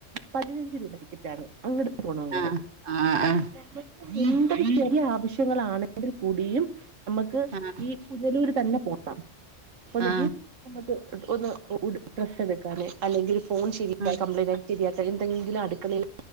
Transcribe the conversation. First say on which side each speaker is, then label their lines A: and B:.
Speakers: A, on the right; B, on the right.
A: പതിനഞ്ച് രൂപ ടിക്കറ്റ് ആണ് അങ്ങട് പോണോങ്കില്
B: ആ ആ ആ
A: അപ്പൊ എന്തൊരു ചെറിയ ആവശ്യ ശ്യ ങ്ങളാണെങ്കിൽ കൂടിയും നമുക്ക്
B: ആഹ്
A: ഈ പുനലൂര് തന്നെ പോണം ഒന്നങ്കിൽ
B: ആ
A: നമുക്ക് ഒന്ന് ഡ്രസ്സ് എടുക്കാന് അല്ലെങ്കിൽ ഫോൺ ശരിയാ
B: ആ
A: കപ്ലയിൻ ശരിയാക്കാൻ എന്തെങ്കിലും അടുളയി